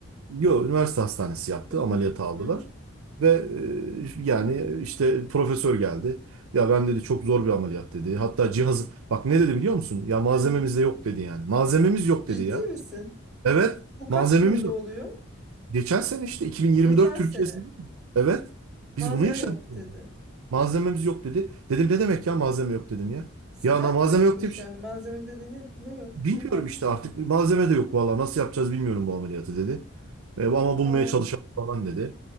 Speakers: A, on the right; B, in the centre.
A: Yo, üniversite hastanesi yaptı.
B: Üzme.
A: Ameliyata aldılar.
B: Hı hı.
A: Ve e, yani işte profesör geldi. Ya ben dedi çok zor bir ameliyat dedi. Hatta cihazı bak ne dedi biliyor musun? Ya malzememiz
B: Ne dedim?
A: de yok dedi yani. Malzememiz yok
B: Ciddi
A: dedi ya.
B: misin?
A: Evet,
B: Bu bu kaç
A: malzememiz
B: yılında
A: yok.
B: oluyor?
A: Geçen sene işte 2024
B: Geçen
A: Türkiye'si
B: sene.
A: değil mi? Evet.
B: Malzeme
A: Biz bunu yaşadık.
B: yok
A: yani.
B: dedi.
A: Malzememiz yok dedi. Dedim ne demek ya malzeme yok dedim ya.
B: Stent
A: Ya na malzeme
B: mi yokmuş
A: yok diye bir şey-
B: yani? Malzeme dedi ne, ne yok?
A: Bilmiyorum
B: Ne malzeme?
A: işte artık malzeme de yok valla nasıl yapacağız bilmiyorum bu ameliyatı dedi. E, ama
B: Aa,
A: bulmaya çalışalım falan dedi.